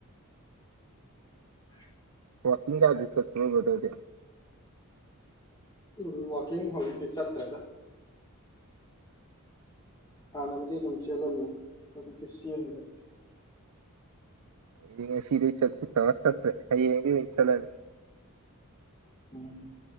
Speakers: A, on the left; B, on the right.
A: <unintelligible>
B: ꯋꯥꯀꯤꯡꯒꯗꯤ ꯆꯠꯄꯔꫭ ꯕꯔ꯭ꯗꯔꯗꯤ
A: ꯎ ꯋꯥꯀꯤꯡ ꯍꯧꯖꯤꯛꯇꯤ ꯆꯠꯇꯔꯦꯗ ꯍꯥꯟꯅꯕꯨꯗꯤ ꯑꯗꯨꯝ ꯆꯦꯜꯂꯝꯃꯦ ꯍꯧꯖꯤꯛꯇꯤ ꯆꯦꯟꯗꯔꯦ
B: ꯑꯩꯗꯤ ꯉꯁꯤꯗꯩ ꯆꯠ ꯀꯦ ꯇꯩꯔ ꯆꯠꯇꯔꯦ ꯍꯌꯦꯡꯗꯩ ꯑꫭꯏꯅ ꯆꯠꯂꯅꯤ
A: ꯎꯝ